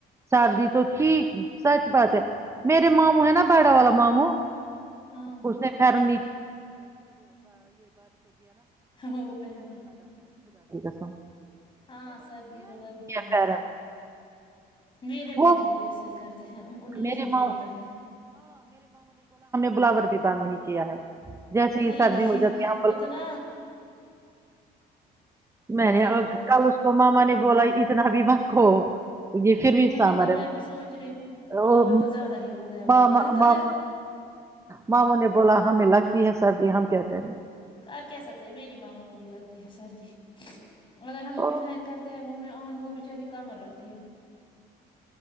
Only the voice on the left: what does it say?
ہاں
وہ پہنتے
ہاں سردی تو لگتی ہی
ہے میرے ماموں
بھی ایسا ہی کرتے ہیں ان کو نیچے
ہی
ہوتا ہے
وہی
اتنا
سچ بات
ہے
وہی
تو میں
بھی سوچ رہی ہوں بلاوور
تو زیادہ ہی ہو گیا مجھے
لگتا
ہے
ک کہ سکتے ہیں میری ماما کو بھی لگتی ہے سردی اور ہم
ابھی فین کرتے ہیں روم میں ان وہ بچاری کمر رت